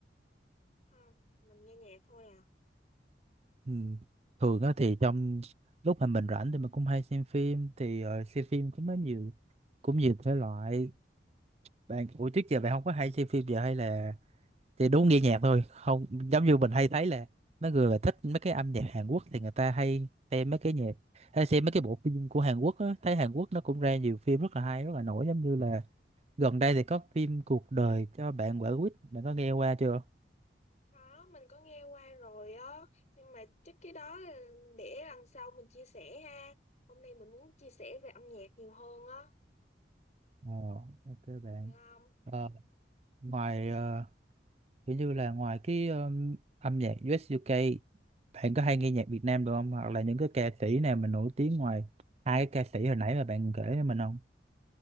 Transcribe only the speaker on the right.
ừ. thường á thì trong lúc mà mình rảnh thì mình cũng hay xem phim thì ờ, xem phim cũng có nhiều cũng nhiều thể loại bạn ủa trước giờ bạn không có hay xem phim giờ hay là thì đúng nghe nhạc thôi không giống như mình hay thấy là mấy người mà thích mấy cái âm nhạc Hàn Quốc thì người ta hay xem mấy cái nhạc hay xem mấy cái bộ phim của Hàn Quốc á thấy Hàn Quốc nó cũng ra nhiều phim rất là hay rất là nổi giống như là gần đây thì có phim Cuộc đời cho bạn quả quýt bạn có nghe qua chưa
ờ ok bạn
Ờ, ngoài ờ, kiểu như là ngoài cái um, âm nhạc US UK bạn có hay nghe nhạc Việt Nam được không hoặc là những cái ca sĩ nào mà nổi tiếng ngoài hai cái ca sĩ hồi nãy mà bạn kể cho mình không